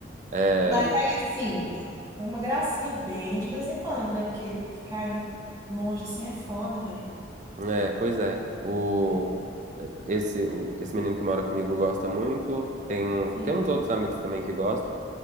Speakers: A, on the right (about 40°); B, on the right (about 20°).
A: É,
B: Mas aí, assim, é uma gracinha bem de vez em quando, né? Porque ficar em- longe assim é foda, velho.
A: é, pois é. O,
B: É,
A: esse, o- esse menino que mora comigo gosta muito. Tem, um,
B: sim,
A: tem uns outros amigos também que gostam.